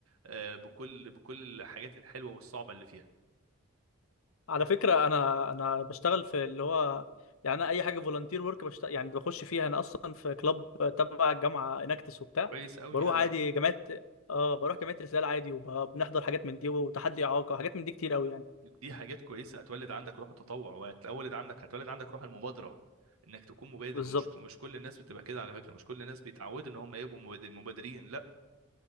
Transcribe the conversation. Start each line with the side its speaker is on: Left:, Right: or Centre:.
Right: آه، بكل بكل الحاجات الحلوه والصعبه اللي فيها
Left: على فكرة انا انا بشتغل في اللي هو يعني أنا اي حاجة فولunteer ورك بشتغل يعني بخش فيها انا اصلا في كلاب تبع الجامعة اناكتس وبتاع
Right: كويس قوي
Left: بروح
Right: انا
Left: عادي جامعات اه بروح جامعة رسالة عادي وبنحضر حاجات من دي وتحدي اعاقة حاجات من دي كتير قوي يعني
Right: دي حاجات كويسه هتولد عندك روح التطوع وهتولد عندك هتولد عندك روح المبادره انك تكون مبادر
Left: بالظبط
Right: ومش ومش كل الناس بتبقى كده على فكره مش كل الناس بيتعودوا ان هم يبقوا مباد- مبادرين لا